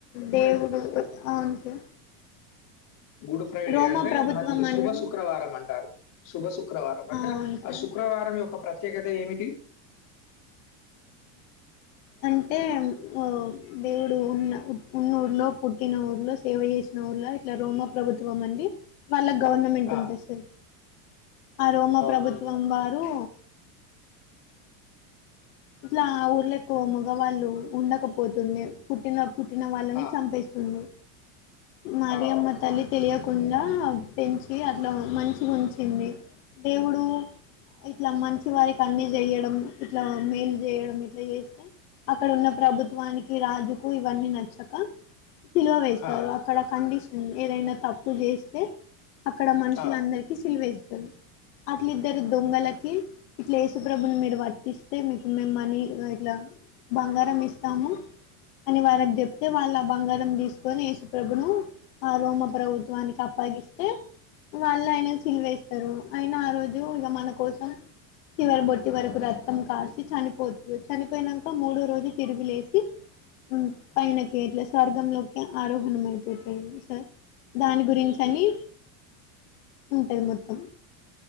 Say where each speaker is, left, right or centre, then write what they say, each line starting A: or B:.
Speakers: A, on the left; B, on the left.
A: దేవుడు గుర్తు అవును సార్
B: గుడు ఫ్రైడే
A: రోమా
B: అంటే
A: ప్రభుత్వం
B: మంచి శుభ
A: అని
B: శుక్రవారం అంటారు శుభ శుక్రవారం అంటే
A: ఆ అవును సార్
B: ఆ శుక్రవారం యొ ఒక ప్రతేకతామిటి ఏమిటి
A: అంటే హ్మ్ ఒ దేవుడు ఉన్న ఉఊర్లో పుట్టిన ఊర్లో సేవ చేసి ఇట్లా రొమ ప్రభుత్వం అండి వాళ్ళ గవర్నమెంట్
B: ఆ!
A: ఉంటాంది సార్ ఆ రోమ ప్రభుత్వం
B: ఓకే అమ్మా.
A: వారు ఇట్లా ఊర్ల ఎక్కువ మగవాళ్ళు ఉండకపోతుండె పుట్టిన పుట్టిన వాళ్ళని
B: ఆ!
A: చంపేస్తుంది మరియమ్మ
B: ఆ, అవునా!
A: తల్లి తెలియకుండా పెంచి అట్లా మంచిగా ఉంచింది దేవుడు ఇట్లా మంచి వారికి అన్ని చేయడం ఇట్లా మేలు చేయడం ఇట్లా చేస్తే అక్కడ ఉన్న ప్రభుత్వానికి రాజుకు ఇవని నచ్చక సిలువ వేస్తారు
B: ఆ!
A: అక్కడ కండిషన్ ఏదైనా తప్పు చేస్తే అక్కడ మనుషులందరికి
B: ఆ!
A: సిల్వ ఎస్ అట్లిద్దరు దొంగలకి ఇట్లా యేసుప్రభుని మీరు వటిస్తే అయితే మీకు మేము మనీ ఇగ ఇట్లా బంగారం ఇస్తాము అని వాళ్లకి చెప్తే వాళ్ళ ఆ బంగారం తీసుకొని యేసుప్రభును ఆరోమ ప్రభుత్వానికి అ పగిస్తే వాళ్ళు ఆయన సిల్వవేస్తారు అయిన ఆ రోజు ఇగ మన కోసం చివరి బోటు వరకు రత్ రక్త కార్చి చనిపోతు చనిపోయినాక మూడో రోజు తిరుగిలేసి హ్మ్ పైనకి అట్లా స్వర్గంలోకి ఆరోహణం అయిపోతాంది సార్ దాని గురించి అని ఉంటది మొత్తం